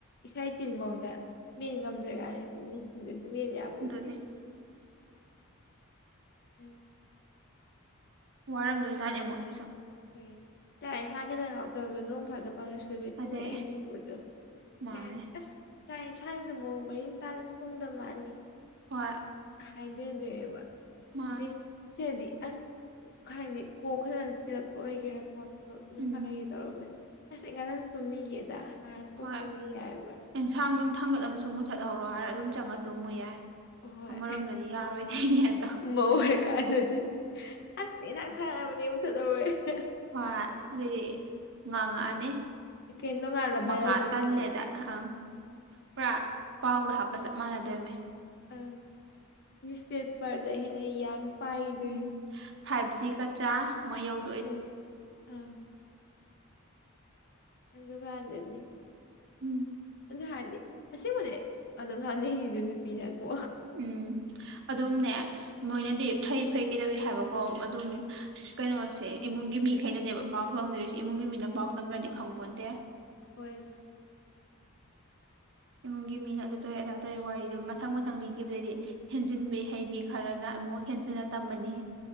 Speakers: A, on the left (about 50°); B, on the right (about 55°).
A: ꯏꯁꯥ ꯆꯤꯟꯐꯥꯎꯗ ꯃꯤꯅꯤ ꯉꯝꯗ꯭ꯔꯦ ꯀꯥꯏꯅ ꯃꯤ ꯆꯤꯟꯗꯨꯗꯤ ꯃꯤꯟ ꯌꯥꯕꯣꯟꯇꯦ
B: ꯑꯗꯨꯅꯦ
A: ꯎꯝ
B: ꯋꯥꯔꯝꯗꯣꯏ ꯖꯠꯅꯦ ꯃꯣꯏ ꯁꯤꯁꯣ
A: <unintelligible> ꯆꯥꯛ ꯌꯦꯟꯁꯥꯡ ꯈꯤꯇꯪ ꯍꯥꯎꯗꯕꯗꯣ ꯅꯣꯡ ꯐꯥꯗꯣꯛ ꯀ ꯊꯣꯏꯕꯩ ꯊꯣꯉꯛꯑꯦ
B: ꯑꯗꯩ
A: <unintelligible>
B: ꯃꯥꯅꯦ
A: ꯀꯩ ꯍꯥꯏꯅꯤ ꯑꯁ ꯆꯥꯛ ꯌꯦꯟꯁꯥꯡꯁꯦ ꯃꯑꯣꯡ ꯃꯔꯤꯟ ꯇꯥꯅ ꯊꯣꯡꯗꯕ ꯃꯥꯜꯂꯤ
B: ꯍꯣꯏ
A: ꯍꯥꯏꯗꯦꯗꯕ
B: ꯃꯥꯅꯦ
A: <unintelligible> ꯁꯤꯗꯗꯤ ꯑꯁ ꯈꯍꯥꯏꯅꯤ ꯀꯣꯛ ꯈꯗꯪ ꯆꯤꯜꯂꯛꯄ ꯑꯣꯏꯒꯦꯔꯥꯀꯣ <unintelligible>
B: ꯎꯝ
A: ꯇꯧꯔꯨꯨꯒꯦ ꯑꯁ ꯑꯩ ꯉꯗꯪ ꯇꯨꯝꯃꯤꯒꯦꯗꯥꯟ ꯍꯥꯏꯔꯥ ꯀꯣꯛ
B: ꯍꯣꯏ
A: ꯇꯨꯝꯒꯤ ꯌꯥꯌꯦꯕꯥ
B: ꯑꯦꯟꯁꯥꯡꯗꯪ ꯊꯥꯡꯒꯠꯂꯝꯨ ꯃꯨꯊꯠꯍꯧꯔꯣ ꯍꯥꯏꯔ ꯑꯗꯨꯝ ꯆꯪꯉ ꯇꯨꯝꯃꯨ ꯌꯥꯏ
A: ꯍꯣꯏ
B: ꯑꯃꯔꯣꯝꯗꯗꯤ ꯌꯥꯔꯣꯏꯗꯣꯏꯅꯦ ꯑꯗꯣ
A: ꯃꯧ ꯑꯣꯏꯔꯀꯥꯟꯗꯗꯤ ꯑꯁ ꯏꯟꯅꯥꯛ ꯁꯥꯅꯕꯅꯦ <unintelligible>
B: ꯍꯣꯏ ꯑꯗꯨꯗꯤ ꯉꯥꯡꯉꯛꯑꯅꯤ
A: ꯀꯩꯅꯣ ꯅꯣꯡꯉꯥꯜꯂ
B: ꯃꯀꯥ
A: ꯚꯥꯏꯔꯦꯜ ꯆꯠꯈ꯭ꯔꯅꯤ
B: ꯇꯜꯂꯦꯗ ꯑꯪ ꯄꯨꯔꯥ ꯄꯥꯎꯗ ꯍꯥꯞꯄ ꯆꯞ ꯃꯥꯟꯅꯗꯣꯏꯃꯤ
A: ꯑꯪ ꯅ꯭ꯌꯨꯁꯄꯦꯄꯔꯗ ꯍꯦꯟꯅ ꯌꯥꯡ ꯄꯥꯏꯒꯤ ꯗꯣꯏ
B: ꯎꯝ ꯐꯥꯏꯚ ꯖꯤ ꯀꯆꯥ ꯃꯣꯏꯌꯧ
A: ꯍꯣꯏ ꯑꯥ ꯅꯗꯨꯒꯟꯗꯅꯤ
B: ꯎꯝ
A: ꯑꯗꯨ ꯍꯥꯏꯔꯗꯤ ꯑꯁꯦꯡꯕꯅꯦ ꯑꯗꯣ ꯉꯥꯟꯅꯩꯒꯤꯁꯨ ꯅꯨꯄꯤꯅꯀꯣ
B: ꯎꯝ ꯑꯗꯨꯝꯅꯦ ꯃꯣꯏꯅꯗꯤ ꯐꯩ ꯐꯩ ꯀꯩꯗꯧꯋꯤ ꯍꯥꯏꯕꯀꯣ ꯑꯗꯨꯝ ꯀꯩꯅꯣꯁꯦ ꯏꯃꯨꯡꯒꯤ ꯃꯤꯈꯩꯩꯅꯅꯦꯕ ꯄꯥꯎ ꯐꯪꯗꯣꯏꯁꯤ ꯏꯃꯨꯡꯒꯤ ꯃꯤꯅ ꯄꯥꯎ ꯇꯝꯗ꯭ꯔꯗꯤ ꯈꯪꯕꯣꯟꯇꯦ
A: ꯍꯣꯏ
B: ꯏꯃꯨꯡꯒꯤ ꯃꯤꯅ ꯑꯗꯨ ꯇꯧꯋꯦ ꯑꯗꯥ ꯇꯧꯋ ꯋꯥꯔꯤꯗꯨ ꯃꯊꯪ ꯃꯊꯪ ꯂꯤꯒꯤꯕꯗꯩꯗꯤ ꯍꯦꯟꯖꯤꯟꯕꯤ ꯍꯩꯕꯤ ꯈꯔꯅ ꯑꯃꯨꯛ ꯍꯦꯟꯖꯤꯟꯅ ꯇꯝꯃꯅꯤ